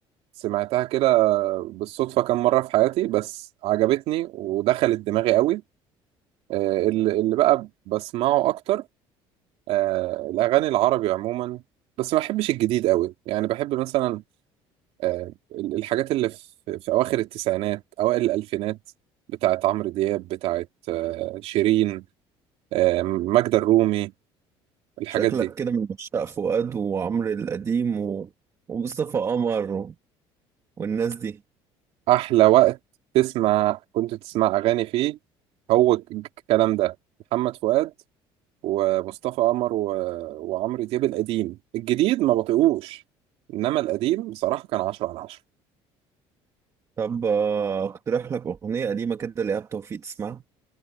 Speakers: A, on the right; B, on the right.
A: سمعتها كده بالصدفة كام مرة في حياتي بس عجبتني ودخلت دماغي قوي آه، اللي اللي بقى بسمعه أكتر آه، الأغاني العربي عموما بس ما بحبش الجديد قوي يعني بحب مثلا آه، ال- الحاجات اللي في في أواخر التسعينات أوائل الألفينات بتاعت عمرو دياب بتاعت آه، شيرين آه، ماجدة الرومي الحاجات
B: شكلك
A: دي
B: كده من عشاق فؤاد وعمرو القديم و... ومصطفى قمر و... والناس دي
A: احلى وقت تسمع كنت تسمع اغاني فيه هو الك- الكلام ده محمد فؤاد ومصطفى قمر و... وعمرو دياب القديم الجديد ما بطيقوش انما القديم بصراحه كان 10 على 10
B: طب آه، اقترح لك أغنية قديمة كده لإيهاب توفيق تسمعها